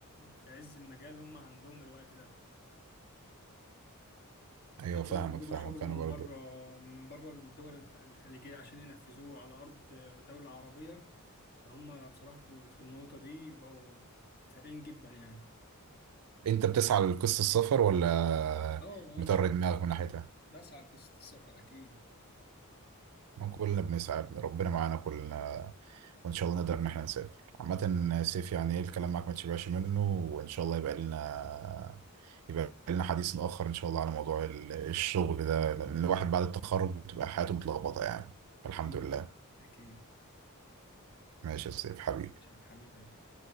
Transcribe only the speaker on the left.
في عز المجال هم عندهم الوقت ده
حتى
لو بيجيبوا
شغل
من
بره من بره الدول الخ- الخليجية عشان ينفذوه على أرض دولة عربية فهم بصراحة في ال- في النقطة دي بقوا فارقين جدا يعني
اه آه،
إن شاء الله
بسعى لقصة السفر أكيد
يا رب.
أكيد
أكيد
مش حبيبي